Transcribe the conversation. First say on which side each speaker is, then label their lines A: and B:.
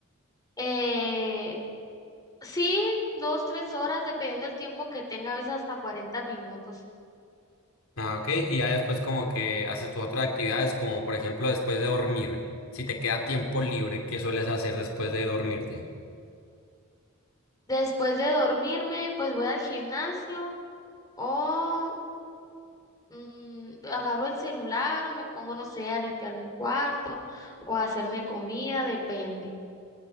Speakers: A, on the left; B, on the left.
A: Eh, sí, dos, tres horas, dependiendo del tiempo que tenga, a veces hasta cuarenta minutos.
B: Ah, ok, y ya después como que haces tus otras actividades, como por ejemplo después de dormir, si te queda tiempo libre, ¿qué sueles hacer después de dormirte?
A: Después de dormirme, pues voy al gimnasio o mm, agarro el celular o me pongo, no sé, a limpiar mi cuarto o a hacerme comida, depende.